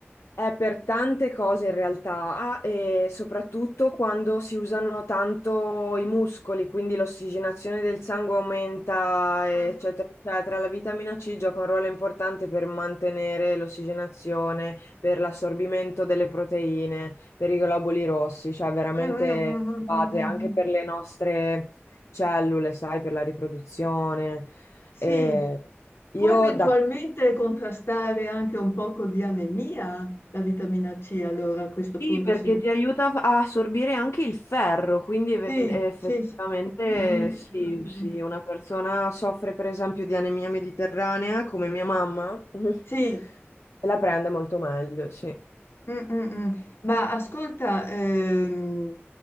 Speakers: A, on the left; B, on the left.
A: È per tante cose in realtà, e soprattutto quando si usano tanto i muscoli, quindi l'ossigenazione del sangue aumenta, eccetera,
B: Mhm.
A: eccetera. La vitamina C gioca un ruolo importante per mantenere l'ossigenazione, per l'assorbimento delle proteine, per i globuli rossi, cioè veramente
B: Mhm, mhm,
A: base
B: mhm,
A: anche
B: mhm.
A: per le nostre cellule, sai, per la riproduzione.
B: Sì,
A: E io
B: può eventualmente
A: da...
B: contrastare anche un poco di anemia la vitamina C, allora a questo
A: Sì,
B: punto
A: perché
B: sì.
A: ti aiuta a assorbire anche il ferro, quindi eve-
B: Sì,
A: effettivamente
B: sì, sì. Mhm,
A: sì,
B: mhm,
A: sì,
B: mhm.
A: una persona soffre per esempio di anemia mediterranea, come mia mamma, <laughs>
B: Sì,
A: se la prende molto meglio, sì.
B: Mm, mm, mm. Ma ascolta, ehm,